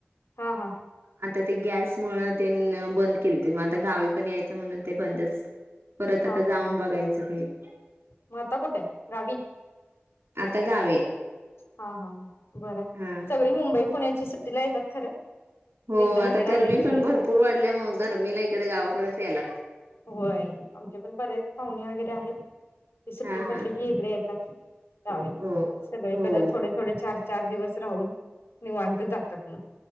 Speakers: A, on the left; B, on the right.
A: हा हा
B: आता ते गॅस मूळ तेन बंद केलती म आता गावी पण यायचं म्हणून बंदच परत
A: हा
B: आता जाऊन
A: हा
B: बघायचं. <inaudible>
A: मग आता कुट आहे गावी
B: आता गावी
A: हा हा बर आहे
B: हा
A: सगळी मुंबई पुण्याची सुट्टीला येतात खरं
B: हो
A: एकदा
B: आता
A: इकडे
B: गर्मी
A: आले की
B: पण भरपूर वाढल्या मूळ गर्मीला इकडं गावाकडचं याय लागतय
A: होय आमचे पण बरेच पाहुणे वगैरे आहेत की सुट्टी
B: हा
A: पडली
B: हा
A: की हिकड येतात गावी
B: हो
A: सगळीकडेच
B: हो
A: थोडे -थोडे, चार - चार दिवस राहून नीवांत जातात मग